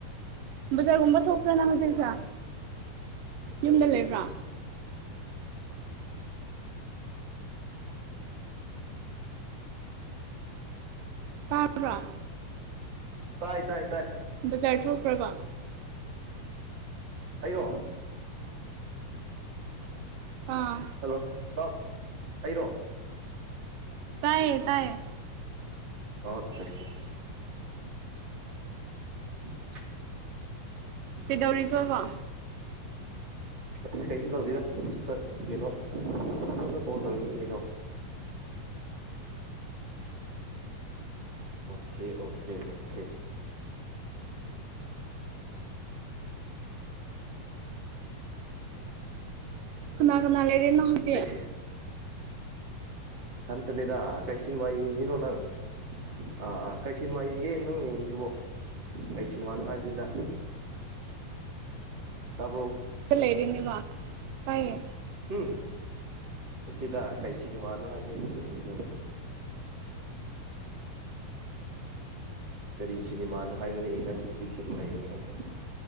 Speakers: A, on the right; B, on the right.
A: ꯕꯖꯥꯔꯒꯨꯝꯕ ꯊꯣꯛꯄ꯭ꯔ ꯅꯪ ꯍꯨꯖꯤꯛꯁꯦ ꯌꯨꯝꯗ ꯂꯩꯕ꯭ꯔꯥ ꯇꯥꯕ꯭ꯔꯥ
B: ꯇꯥꯏ ꯇꯥꯏ ꯇꯥꯏ
A: ꯕꯖꯥꯔ ꯊꯣꯈꯔꯕ
B: ꯑꯩꯔꯣ
A: ꯑꯥ
B: ꯍꯜꯂꯣ ꯇꯥ ꯑꯩꯔꯣ
A: ꯇꯥꯏꯌꯦ ꯇꯥꯏꯌꯦ
B: ꯑꯣ ꯆꯥ ꯆꯥ <inaudible>
A: ꯀꯩꯗꯧꯔꯤꯒꯣꯕ
B: ꯑꯁ ꯀꯩꯁꯨ ꯇꯧꯗꯦꯗ ꯃꯊꯛꯇ ꯀꯩꯅꯣ ꯅꯉꯣꯟꯗꯥ ꯀꯣꯜ ꯇꯧꯔꯤꯅꯤ ꯀꯩꯅꯣ ꯑꯣꯈꯦ ꯑꯣꯈꯦ ꯑꯣꯈꯦ
A: ꯀꯅꯥ ꯀꯅꯥ ꯂꯩꯔꯦ ꯅꯪ ꯍꯧꯖꯤꯛ
B: <unintelligible> <unintelligible> ꯊꯟꯇꯅꯦꯗ ꯀꯩ ꯁꯤꯅꯤꯃꯥ ꯌꯦꯡꯉꯤꯅꯣ ꯅꯪ ꯑꯥ ꯀꯩ ꯁꯤꯅꯦꯃꯥ ꯌꯦꯡꯒꯦ ꯅꯪ ꯌꯦꯡꯉꯤꯗꯨꯕꯣ ꯀꯩ ꯁꯤꯃꯥꯅꯣ ꯍꯥꯏꯕꯅꯤꯗ ꯇꯥꯕ꯭ꯔꯣ
A: ꯂꯩꯔꯤꯅꯦꯕ ꯇꯥꯏꯌꯦ
B: ꯎꯝ ꯑꯟꯇꯦꯗꯥ ꯀꯩ ꯁꯤꯅꯦꯃꯥꯅꯣ ꯍꯥꯏꯕꯅꯦ ꯅꯪ ꯌꯦꯡꯉꯤꯗꯣ ꯀꯔꯤ ꯁꯤꯅꯦꯃꯥꯅꯣ ꯍꯥꯏꯕꯅꯦ ꯅꯪ ꯍꯧꯖꯤꯛ ꯁꯤꯅꯦꯃꯥ ꯌꯦꯡꯉꯤ ꯍꯥꯏꯕꯗꯣ